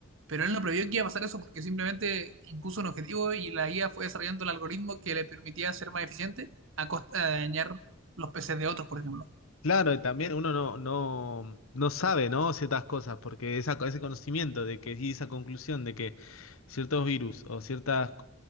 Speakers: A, on the right; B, on the left.
A: Pero él no previó que iba a pasar eso porque simplemente impuso un objetivo y la IA fue desarrollando el algoritmo que le permitía ser más eficiente a costa de dañar los PCs de otros, por ejemplo.
B: Claro, y también uno no, no, no sabe, ¿no? ciertas cosas, porque esa, ese conocimiento de que y esa conclusión de que ciertos virus o ciertos